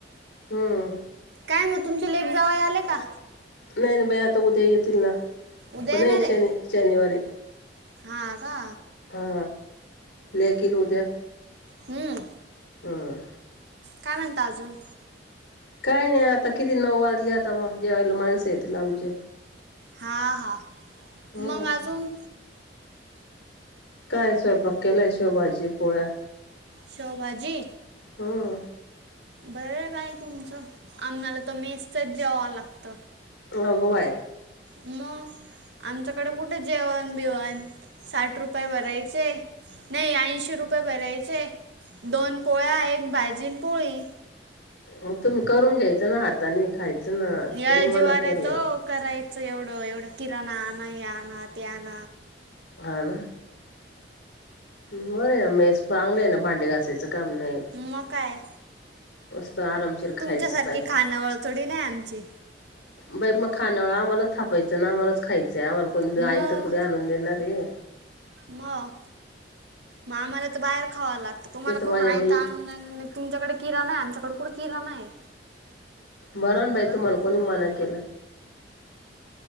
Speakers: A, on the left; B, on the right.
A: हम्म
B: काय मग तुमचे लेक जावई आले का
A: नाही ना बाई आता उद्या येतील ना
B: उद्या
A: पण
B: येणार आहे
A: शनी शनिवारी
B: हा का
A: हा ल कि लोज्या
B: हम्म
A: हम
B: काय म्हणत अजून
A: काय नाही आता किती नऊ वाजली आता मग जेवायला माणसं येतील आमचे
B: हा हा
A: हम्म
B: मग अजून
A: काय स्वयंपाक केलंय शेवभाजी पोळ्या
B: शेवभजी
A: हम्म
B: बरं बाई तुमचं आम्हाला तर मेसतच जेवं लागत
A: लघवाय
B: मग आमच्याकडे कुठे जेवण बिवण साठ रुपये भरायचे नाही ऐंशी रुपये भरायचे दोन पोळ्या एक भाजीन पोळी
A: मग तुम्ही करून घ्यायचं ना हाताने खायचं ना
B: या
A: कोण मना
B: जीवार
A: केलं
B: येतो करायचं एवढं एवढं किराणा आण हे आण ते आण
A: हा ना बर आहे ना मेस चांगलं आहे ना भांडे घासायचं काम नाही
B: मग काय
A: मस्त आरामशीर खायचं
B: तुमच्यासारखी
A: बाई
B: खाणवळतडी नाही आमची
A: बाई मग खानवळ आम्हालाच थापायचं ना आम्हाच खायचंय आम्हाला कोण
B: मग
A: आयट तर थोडी आणून देणार र
B: मग मग आम्हाला तर बाहेर खावा लागत तुम्हाला
A: इथं माझ्या
B: कोण आयत
A: बल
B: य तर आनऊनंदेणार आहे तुमच्याकडे किरान नाही आमच्याकडे कोठ किरान नाही
A: बरा
B: बरं ना बाई
A: कोणी
B: तुम्हाला
A: मना
B: पण
A: केला